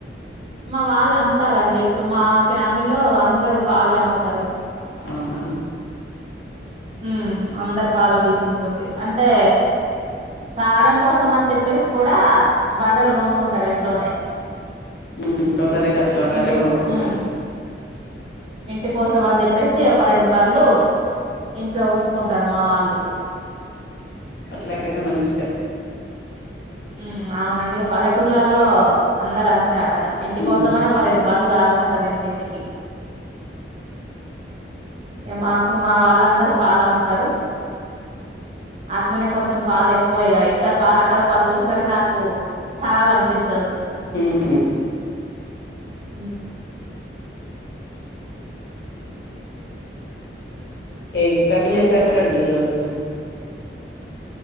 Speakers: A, on the right (about 35°); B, on the left (about 60°).
A: మా వాళ్ళు అమ్ముతారండి ఇప్పుడు మా ఫ్యా మీలీలో అందరు పాలే అమ్ముతారు
B: <inaudible>
A: హ్మ్మ్ అందరు పాల బిజినెస్ ఉంది అంటే తాగడం కోసం అని చెప్పేసి కూడా బర్రలు కొనుక్కుంటారు ఇంట్లోనే
B: ఉ కొందరూ అయితే అట్లా బర్రె
A: ఇంటికు
B: కోనుకుంటారు
A: ఉమ్ ఇంటి కోసం అని చెప్పేసి ఒక రెండు బర్లు ఇంట్లో ఉంచుకుంటారు మా వాళ్ళు
B: అట్లా ఐతే మంచిగా
A: హ్మ్మ్ అవునండీ పల్లెటూర్లలో అందరు అంతే ఆక్కత ఇక్కడ ఇంటి
B: హ్మ్.
A: కోసంమని ఒక రెండు బర్లు సాధుకుంటున్న ఉంటరు ఇంటింటికి మాకు మా వాళ్ళందరు పాలు అమ్ముతారు అట్లనే కొంచం పాలు ఎక్కువయ ఇక్కడ పా అక్కడ వాళ్ళు చూస్తారు నాకు తాగలనిపించదు
B: హు హూ
A: అ
B: ఏంకర్రి చేసారండి ఈ రోజు